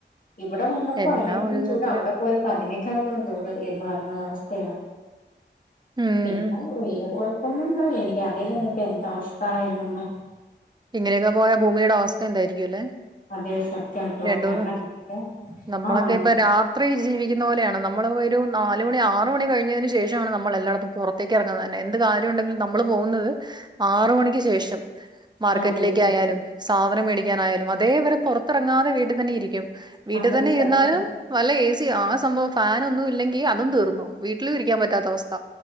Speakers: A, on the left (about 45°); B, on the right (about 25°).
A: ഇവിടെ വന്നപ്പോ
B: എല്ലാം
A: അതിനകത്തും
B: ഒരു വിധത്തില്
A: ചൂട് അവിടെ പോയപ്പോ അതിനേക്കാൾ - ചൂട് എന്ന് പറഞ്ഞ അവസ്ഥയാണ്
B: ഉം
A: പിന്നെ വ കുഴപ്പ ും എനിക്ക് അതൽന്ന ഇപ്പ എന്ത അവസ്ഥ എന്നന്ന്
B: ഇങ്ങനെയൊക്കെ പോയ ഭൂമിയുടെ അവസ്ഥ എന്തായിരിക്കും അല്ലേ
A: അതെ സത്യം ട്ടോ
B: രണ്ടൂന്ന്
A: കാരണം
B: നമ്മളൊക്കെ
A: ആ നമുക്ക്
B: ഇപ്പൊ രാത്രി ജീവിക്ക ഇന്ന പോലെയാണ് നമ്മൾ ഒരു നാലല് മണി ആറ് മണി കഴിഞ്ഞതിനന് ശേഷം നമ്മൾ എല്ലായിടത്തും പുറത്തേക്ക് ഇറങ്ങുന്നത് തന്നെ എന്ത് കാര്യം ഉണ്ടെങ്കിലും നമ്മൾ പോകുന്നത് ആറ മണിക്ക് ശേഷം മാർക്കറ്റിലേക്ക
A: അതെ സത്യം
B: ആയാലും സാധനം മേടിക്കാനായാലും അതേവരെ പുറത്തിറങ്ങാതെ വീട്ടിൽ തന്നെ ഇരിക്കും വീട്ടിൽ
A: അതെ
B: തന്നെ
A: സത്യം
B: ഇരുന്നാലും വല്ല ഏ സി ആ സംഭവം ഫാനൊന്നും ഇല്ലെങ്കി അതും തീർന്നു വീ- ും ഇരിക്കാൻ പറ്റാത്ത അവസ്ഥ